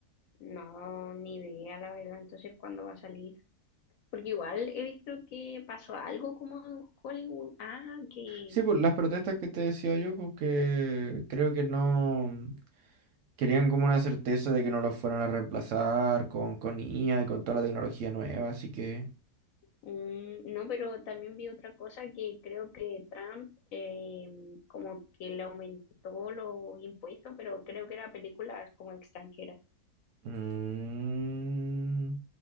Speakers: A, on the left (about 65°); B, on the right (about 65°).
A: No, ni idea, la verdad. Entonces, ¿cuándo va a salir? Porque igual he visto que pasó algo como en Hollywood. Ah, que
B: Sí, pues las protestas que te decía yo, porque creo que no querían como una certeza de que no los fueran a reemplazar con, con IA y con toda la tecnología nueva, así que...
A: Mm, no, pero también vi otra cosa que creo que Trump eh, como que le aumentó los impuestos, pero creo que era películas como extranjeras.
B: mm,